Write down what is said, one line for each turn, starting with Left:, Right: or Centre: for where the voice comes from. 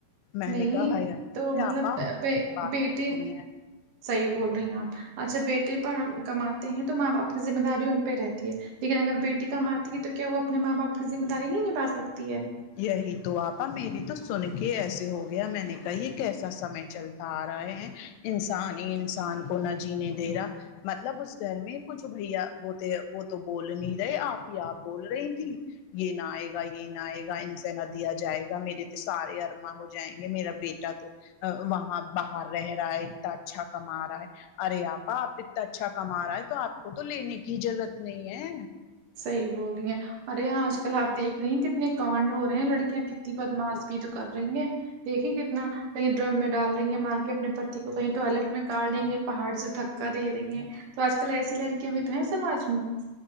Left: میں
Right: نہیں
Left: نے کہا ہائی ہائی
Right: تو مطلب
Left: آپا بات
Right: بیٹے
Left: کر رہی ہیں
Right: صحیح بول رہی ہیں آپ اچھا بیٹے کماتے ہیں تو ماں باپ کی ذمہ داری ان پہ رہتی ہے لیکن اگر بیٹی کم آتی ہے تو کیا وہ اپنے ماں باپ کی ذمہ داری نہیں نبا سکتی ہے
Left: یہی تو آپا میری تو سن کے ایسے ہو گیا میں نے کہا یہ کیسا سمے چلتا آ رہے ہیں انسان ہی انسان کو نہ جینے دے رہا مطلب اس گھر میں وہ جو بھیا وہتے وہ بول نہیں رہے آپ ہی آپ بول رہی تھی یہ نہ آئے گا یہ نہیں آئے گا انس نہ دیا جائےا میرے ت سے ارما ہو جائیں گے میرا بیٹا تو وہاں باہر رہ رہا ہے اتنا اچھا کما رہا ہے ارے آپا آپ اتنا اچھا کما رہا ہے تو آپ کو تو لینے کی ضرورت نہیں ہے
Right: صحی بول رہی ہیں ارے آج کل آپ دیکھ رہی ہیں کتنے کانڈ ہو رہے ہیں لڑکیاں کت بدماش بھی تو کر رہی ہیں دیکھیں کتنا کہیں ڈرم میں ڈال رہی ہیں مار کے اپنی پتی کو کہیں ٹوائلٹ میں گڑ دیں گے پہاڑ سے دھکا دے دیںے تو آج کل ایسی لڑکیاں بھی تو ہیں سماج میں